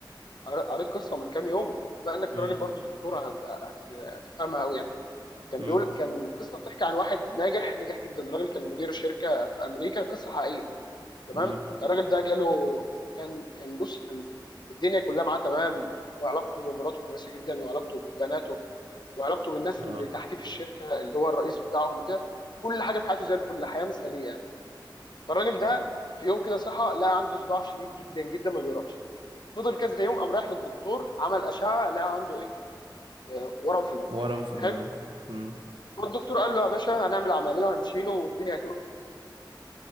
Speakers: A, on the left; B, on the right.
A: قر- قريت قصه من كام يوم بما انك
B: امم
A: راجل برضو دكتور هت... هت... هتفهمها قوي يعني كان
B: امم
A: بيقول كان قصه بتحكي عن واحد ناجح ناجح جدا راجل كان مدير شركه في امريكا قصه حقيقيه تمام
B: امم
A: الراجل ده جاله كان كان بص كان الدنيا كلها معاه تمام وعلاقته بمراته كويسه جدا وعلاقته ببناته وعلاقته بالناس
B: اه
A: اللي تحتيه في الشركه اللي هو الرئيس بتاعهم وكده كل حاجه في حياته زي الفل حياه مثاليه يعني فالراجل ده في يوم كده صحى لقى عنده صداع شديد جدا جدا ما بيروحش فضل كذا يوم قام رايح للدكتور عمل اشعه لقى عنده ايه آه، ورم في المخ
B: ورم في
A: حلو
B: دماغه امم
A: فالدكتور قال له يا باشا هنعمل عمليه وهنشيله والدنيا هتبقى